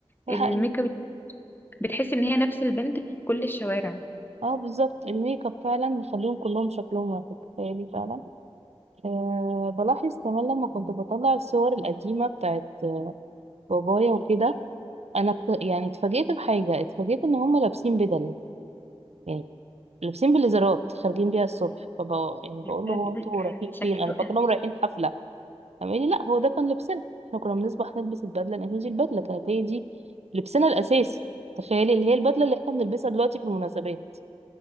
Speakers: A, on the right; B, on the left.
A: ده
B: الميك
A: حقيقي
B: اب بتحسي ان هي نفس البنت في كل الشوارع
A: اه بالظبط الميك اب فعلا مخليهم كلهم شكلهم واحد تخيلي فعلا أه بلاحظ كمان لما كنت بطلع الصور القديمة بتاعت بابايا وكده انا كت... يعني اتفاجئت بحاجة اتفاجئت ان هم لابسين بدل يعني لابسين بليزرات خارجين بيها الصبح فبقى يعني بقول
B: ده
A: له هو
B: بجد
A: انتوا
B: كان
A: رايحين
B: شكله
A: فين انا فاكرهم رايحين حفلة قام قال لي لا هو ده كان لبسنا احنا كنا بنصبح نلبس البدلة لان هي دي البدلة كانت هي دي لبسنا الاساسي تخيلي اللي هي البدلة اللي احنا بنلبسها دلوقتي في المناسبات